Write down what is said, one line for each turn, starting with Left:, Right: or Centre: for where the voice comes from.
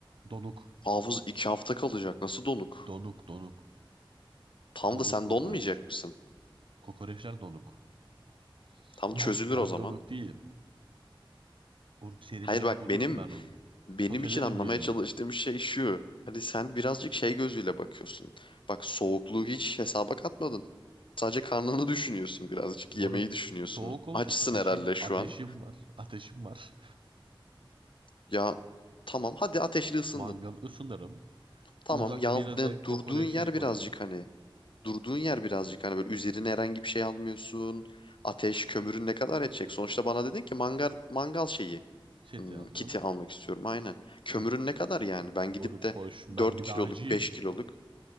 Right: Donuk.
Left: Hafız iki hafta kalacak. Nasıl donuk?
Right: Donuk donuk.
Left: Tam
Right: Donuk
Left: da sen
Right: kokoreç.
Left: donmayacak mısın?
Right: Kokoreçler donuk. <laughs>
Left: Tam
Right: Ben
Left: çözülür
Right: ben
Left: o zaman.
Right: donuk değilim. Uruk serin
Left: Hayır
Right: bir yer
Left: bak
Right: bulurum
Left: benim
Right: ben onu.
Left: benim
Right: Sotelerim
Left: için anlamaya
Right: bir yere.
Left: çalıştığım şey şu. Hani sen birazcık şey gözüyle bakıyorsun. Bak soğukluğu hiç hesaba katmadın. Sadece karnını düşünüyorsun birazcık.
Right: Moruk
Left: Yemeği düşünüyorsun.
Right: soğuk olsun.
Left: Açsın
Right: Ateşim
Left: herhalde şu
Right: ateşim
Left: an.
Right: var. Ateşim var.
Left: Ya tamam hadi ateşli ısındın.
Right: Mangal ısınırım.
Left: Tamam
Right: Uzak
Left: yal,
Right: bir yere
Left: ne-
Right: de kokoreçleri
Left: durduğun yer
Right: koyarım.
Left: birazcık hani. durduğun yer birazcık hani böyle üzerine herhangi bir şey almıyorsun. Ateş, kömürün ne kadar edecek? Sonuçta bana dedin ki mangal mangal şeyi,
Right: Seti
Left: hmm,
Right: aldım.
Left: kiti almak istiyorum aynen. Kömürün
Right: M-
Left: ne kadar yani? Ben gidip
Right: Moruk
Left: de
Right: hoş. Ben
Left: 4
Right: bir
Left: kiloluk,
Right: dağcıyım.
Left: 5 kiloluk